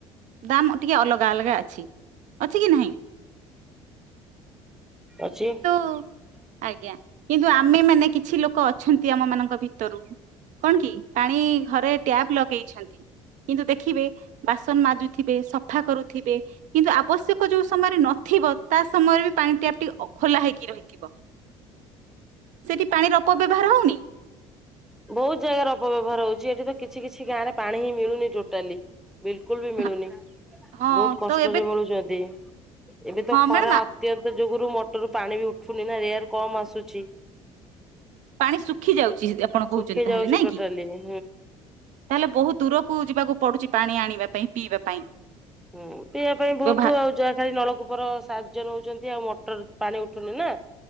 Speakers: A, on the right; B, in the centre.
A: ଦାମ୍ ଟିକେ ଅଲଗା ଅଲଗା ଅଛି ଅଛି କି ନାହିଁ?
B: ଅଛି।
A: କିନ୍ତୁ ଆଜ୍ଞା କିନ୍ତୁ ଆମେ ମାନେ କିଛି ଲୋକ ଅଛନ୍ତି ଆମ ମାନଙ୍କ ଭିତରୁ କଣ କି ପାଣି ଘରେ ଟ୍ୟାବ୍ ଲଗେଇଛନ୍ତି କିନ୍ତୁ ଦେଖିବେ ବାସନ ମାଜୁ ଥିବେ ସଫା କରୁଥିବେ। କିନ୍ତୁ ଆବଶ୍ୟକ ଯୋଉ ସମୟରେ ନଥିବ ତା ସମୟରେ ବି ପାଣି ଟ୍ୟାପ୍ ଟି ଅ ଖୋଲା ହେଇକି ରହିଥି ବ ସେଠି ପାଣିର ଅପବ୍ୟବହାର ହଉନି।
B: ବହୁତ ଜାଗାରେ ଅପବ୍ୟବହାର ହଉଚି ଏଠି ତ କିଛି କିଛି ଗାଁ ରେ ପାଣି ହିଁ ମିଳୁନି ଟୋଟାଲି। ବିଲକୁଲ୍ ବି ମିଳୁନି
A: ହଁ ହଁ,
B: ବହୁତ କଷ୍ଟରେ
A: ତ ଏବେ
B: ମିଳୁଚନ୍ତି ଏବେ
A: ହଁ
B: ତ ଖରା
A: ମ୍ୟାଡାମ
B: ଅତ୍ୟନ୍ତ ଯୁଗୁରୁ ମଟରରୁ ପାଣି ବି ଉଠୁନି ନା ରେୟାର୍ କମ୍ ଆସୁଚି।
A: ପାଣି ଶୁଖି ଯାଉଚି ଆପଣ କହୁଚନ୍ତି
B: ଶୁଖି
A: ତାହେଲେ
B: ଯାଉଛି
A: ନାଇଁ
B: ଟୋଟାଲି
A: କି?
B: ହୁଁ
A: ତାହେଲେ ବହୁତ ଦୂରକୁ ଯିବାକୁ ପଡୁଚି ପାଣି ଆଣିବା ପାଇଁ ପିଇବା ପାଇଁ।
B: ହୁଁ ପିଇଆ ପାଇଁ ବହୁତ
A: ବ୍ୟବହା-
B: ଆଉ ଯା ଖାଲି ନଳକୂପର ସାହାଯ୍ୟ ନଉଚନ୍ତି ଆଉ ମଟର ପାଣି ଉଠୁନି ନା।